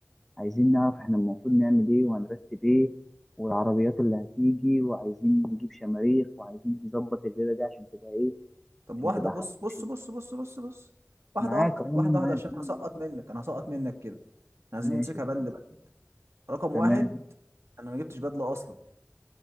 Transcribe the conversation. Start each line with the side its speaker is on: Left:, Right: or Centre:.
Centre: عايزين نعرف احنا المفروض نعمل ايه وهنرتب ايه والعربيات اللي هتيجي وعايزين نجيب شماريخ وعايزين نظبط الليلة دي عشان تبقى ايه
Right: طب
Centre: عشان
Right: واحده
Centre: تبقى
Right: بص
Centre: حفلة
Right: بص بص بص بص بص واحده
Centre: معاك
Right: واحده
Centre: أهو، انا
Right: واحده
Centre: معاك
Right: واحده عشان
Centre: أنا
Right: هسقط
Centre: معاك.
Right: منك انا هسقط منك كده احنا عايزين
Centre: ماشي
Right: نمسكها
Centre: اتفضل.
Right: بند بند رقم
Centre: تمام
Right: واحد انا ما جبتش بدله اصلا